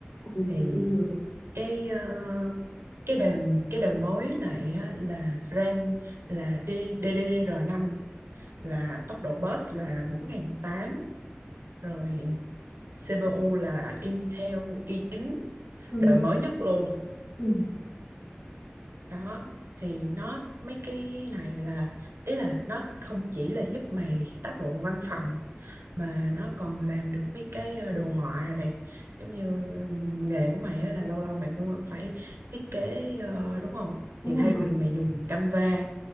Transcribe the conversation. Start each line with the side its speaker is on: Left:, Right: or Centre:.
Left: ừ,
Right: thì
Left: thì cũng được
Right: cái ờ, cái đời cái đời mới này á, là RAM là D- ddr năm là tốc độ bus là bốn nghìn tám rồi CPU là Intel i chín
Left: ừ.
Right: đời mới nhất luôn
Left: Ừ.
Right: đó thì nó mấy cái này là ý là nó không chỉ là giúp mày tác vụ văn phòng mà nó còn làm được mấy cái ờ, đồ họa nè giống như ừm, nghề của mày á, là lâu lâu mày cũng vẫn phải thiết kế ờ, đúng không
Left: đúng
Right: thì
Left: rồi
Right: thay vì mày dùng Canva